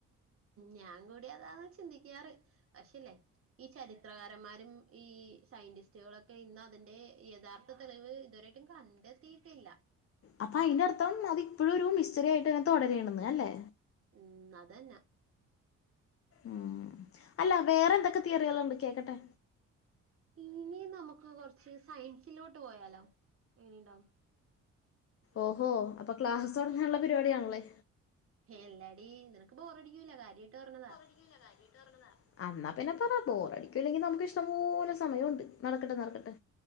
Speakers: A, on the right; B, on the left.
A: ഞാൻ കൂടി അതാണ് ചിന്തിക്കാറ് പക്ഷേ ല്ലെ ഈ ചരിത്രകാരന്മാരും ഈ സയ്‌ന്റിസ്റ്റുകളൊക്കെ ഇന്ന് അതിന്റെ യഥാർത്ഥ തെളിവ് ഇതുവരെ ഇ കണ്ടത്തീയിട്ടില്ല
B: അപ്പൊ അതിന്റെറ അർഥം അതിപ്പോഴും ഒരു മിസ്റ്ററി ആയിട്ട് തന്നെ തുടരാണെന്ന് അല്ലേ
A: ഉം അതന്നെ
B: ഉം അല്ല വേറെ എന്തൊക്കെ തിയറികൾ ഉണ്ട് കേക്കട്ടെ
A: ഇനി നമുക്ക് കൊറച്ച് സയൻസിലോട്ട് പോയാലോ എങ്ങനെണ്ടാവും
B: ഓഹോ അപ്പൊ ക്ലാസ്സ് തുടങ്ങാനുള്ള പരിപാടി ആണല്ലേ
A: എല്ലടി നിനക്ക് ബോറടിക്കൂല്ല കാര്യയിട്ട് പറഞ്ഞതാ
B: ല്ല കാര്യയ്ട്ട് പറഞ്ഞതാ ആന്നാ പിന്നെ പറ ബോറടിക്കൂല്ലെങ്കിൽ നമുക്ക് ഇഷ്ടം പോലെ സമയോണ്ട് നടക്കട്ടെ നടക്കട്ടെ.